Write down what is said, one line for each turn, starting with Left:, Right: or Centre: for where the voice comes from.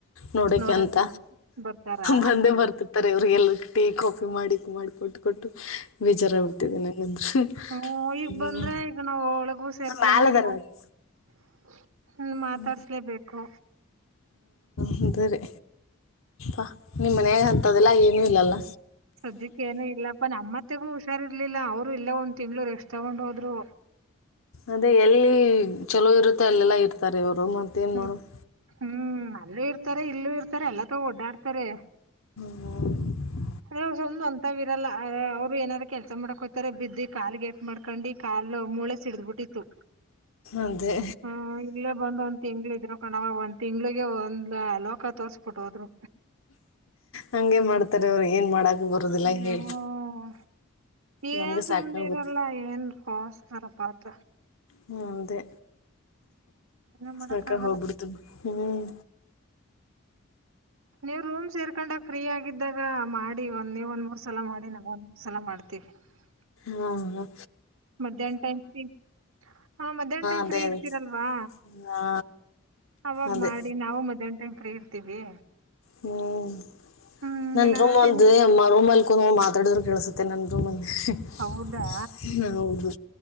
Left: ನೋಡಕ
Right: ನೋಡಕ್
Left: ಅಂತ
Right: ಬ ಬರ್ತಾರಾ
Left: ಬಂದೆ ಬರ್ತಿತ್ತ ವ್ರರಿಗೆಲ್ಲ ಟೀ ಕಾಫಿ ಮಾಡಿ ಮಾಡಿ ಕೊಟ್ಟು ಕೊಟ್ಟು ಬೇಜಾರ ಹಡ್ತಿದೆ ನಂಗಂದೂನ್ನು
Right: ಹ್ಮ್ ಈಗ ಬಂದ್ರೆ ಈಗ ನಾವ್ ಒಳಗೂ ಸೇರ್ಕೊಳಂಗಿಲ್ಲ
Left: ಮಾಲ ದರವಾಗಿ
Right: <inaudible> ಮಾತಾಡ್ಸ್ಲೇಬೇಕು
Left: ಹ್ಮ ಹಾದ್ರ <unintelligible> ಅಾ ನಿಮ ಮನಾಗ ಅಂತದೆಲ್ಲ ಏನು ಇಲ್ಲಲ್ಲ
Right: ಸದ್ಯಕ್ಕೆ ಏನು ಇಲ್ಲಪ್ಪ ನಮ್ಮತ್ತೆಗೂ ಹುಷಾರ್ ಇರ್ಲಿಲ್ಲ ಇಲ್ಲ ಅವರು ಇಲ್ಲೆ ಒಂದು ತಿಂಗಳು ರೆಸ್ಟ್ ತಗೊಂಡ ಹೋದ್ರು
Left: ಅದೇ ಎಲ್ಲಿ ಚಲೋ ಇರುತ್ತೆ ಅಲ್ಲೆಲ್ಲಾ ಇರ್ತಾರೆ ಇವರು ಮತ್ತೇನು
Right: ಹ್ಮ್
Left: ಮಾಡೋದು
Right: ಹ್ಮ್ ಅಲ್ಲೂ ಇರ್ತಾರೆ ಇಲ್ಲೂ ಇರ್ತಾರೆ ಎಲ್ಲ ತ ಓಡ್ಡಾಡ್ತಾರೆ
Left: ಹ
Right: ಅ ಸುಮ್ ಒಂದತಾವ ಇರಲ್ಲ ಅವ್ರು ಏನಾದಾರು ಕೆಲಸ ಮಾಡಕ್ ಹೋತಾರೆ ಬಿದ್ದು ಕಾಲು ಗೇಟ್ ಮಾಡ್ಕೊಂಡಿ ಅಲ್ಲೋ ಮೂಳೆ ಸಿಡಿದಬಿಟ್ಟಿತ್ತು
Left: ಅದೇ
Right: ಹ್ಮ ಇಲ್ಲೇ ಬಂದ್ ಒಂದ್ ತಿಂಗ್ಳ ಇದ್ರು ಕಣವ ಒಂದ್ ತಿಂಗಳಗೆ ಒಂದ ಲೋಕ ತೋರ್ಸ್ಬಿಟ್ಟು ಹೋದ್ರು
Left: ಹಂಗೆ ಮಾಡ್ತಾರೆ ಅವರು ಏನ್ ಮಾಡಾಕ ಬರದಿಲ್ಲ
Right: ಹ್ಮ್
Left: ಹೇಳಿ
Right: ಏನ್
Left: ನಮ್ಗೆ
Right: ಸುಮನಿರಲ್ಲ
Left: ಸಾಕಾಗುತ್ತೆ
Right: ಏನ್ ವಸ್ತರಪಾತ
Left: ಹ್ಮ್ ಅದೇ
Right: ಏನ್ ಮಾಡಕ್
Left: ಸಾಕ
Right: ಆಗಲ್ಲ
Left: ಹೋಗ್ಬಿಡ್ತ ಹ್ಮ್
Right: ನೀವ್ ರೂಮ್ ಸೇರ್ಕೊಂಡಾಗ ಫ್ರೀ ಆಗಿದ್ದಾಗ ಮಾಡಿ ಒಂದ ನೀವ ಒಂದ್ ಮೂರ್ ಸಲ ಮಾಡಿ ನಾವ ಒಂದ್ ಮೂರ್ ಸಲ ಮಾಡ್ತೀವಿ ತ್ತಿವಿ
Left: ಹ್ಮ
Right: ಮಧ್ಯಾಹ್ನ ಟೈಮ್ ತಿಂ ಹಾ ಮಧ್ಯಾಹ್ನ ಟೈಮ್
Left: ಅದೇ
Right: ಫ್ರೀ
Left: ಅದೇ
Right: ಇರ್ತೀರಲ್ವಾ
Left: ಹಾ
Right: ಅವಾಗ್
Left: ಅದೇ
Right: ಮಾಡಿ ನಾವು ಮಧ್ಯಾಹನ ಟೈಮ್ ಫ್ರೀ ಇರ್ತೀವಿ
Left: ಹ್ಮ್
Right: ಹ್ಮ್
Left: ನಂದ
Right: ಇಲ್ಲಾಂದ್ರೆ
Left: ರೂಮ್ ಒಂದ
Right: ತಿನ್
Left: ಅಮ್ಮ ರೂಮ್ ಅಲ್ ನಾವು ಮಾತಾಡಿದ್ರರು ಕೆೇಳಸುತ್ತೆ ನನ್ನಂದ ರೂಮಲ್ಲಿ
Right: ಹೌದಾ
Left: ಹೌದು